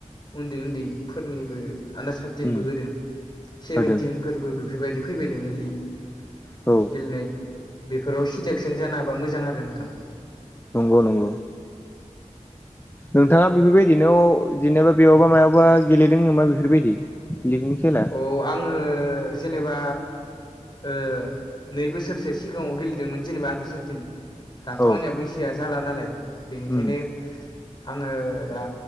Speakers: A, on the left (about 35°); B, on the left (about 20°).
A: उन्दै उन्दैफोरनिबो आन्दार थार्टिनबो
B: उम
A: होदों सेभेनटिनफोरबो
B: होदों
A: बेफोरबायदि फैबाय दोङा लिग।
B: औ।
A: गेलेनाय बेफोराव सिलेकसन जानाबा मोजां आरो नोंथां।
B: नंगौ नंगौ। नोंथाङा बेफोरबायदिनो जेनेबा बेयावबा मायावबा गेलेदों नामा बेफोरबायदि? लिगनि खेला
A: अ आङो जेनेबा ओ नै बोसोरसो सिगाङाव गेलेदोंमोन जेनेबा आन्दार थारटिन। दाथ'
B: औ
A: आंनिया बैसोआ जाला नालाय बेनिखायनो
B: उम
A: आङो दा